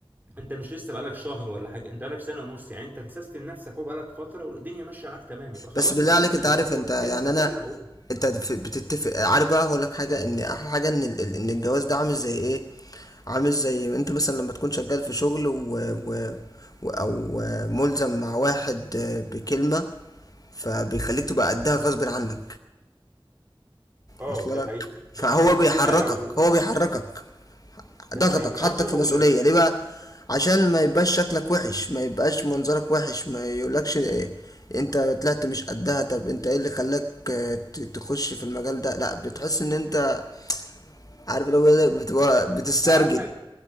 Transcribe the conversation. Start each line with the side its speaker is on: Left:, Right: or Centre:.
Right: انت مش لسه بقالك شهر ولا حاجة انت بقالك سنة ونص يعني انت مسستم نفسك وبقالك فترة والدنيا ماشية معاك تمام يبقى خلاص
Left: بس بالله
Right: انت كده
Left: عليك
Right: ماشي
Left: انت
Right: زي
Left: عارف
Right: الفل
Left: انت يعني
Right: انسى كل
Left: انا
Right: اللي انا بقوله
Left: انت في- بتتفق عارف بقى هقول لك حاجة ان احلى حاجة ان ال- ال- ان الجواز ده عامل زي ايه عامل زي انت مثلا لما تكون شغال في شغل و, و و- او آه، ملزم مع واحد آه، بكلمة فبيخليك تبقى قدها غصب عنك
Right: اه
Left: اصل
Right: دي حقيقة
Left: لك فهو
Right: ده انت اديت
Left: بيحركك
Right: كلمة لو
Left: هو بيحركك
Right: دي
Left: ضغطك
Right: حقيقة ما انا
Left: حطك
Right: عشان كده
Left: في
Right: بقول
Left: مسؤولية
Right: لك
Left: ليه بقى عشان ما يبقاش شكلك وحش ما يبقاش منظرك وحش ما يقولكش إيه انت طلعت مش قدها طب انت ايه اللي خلاك آه، ت- تخش في المجال ده لا بتحس ان انت عارف لو إيه، بتبقى بتسترجل
Right: معاك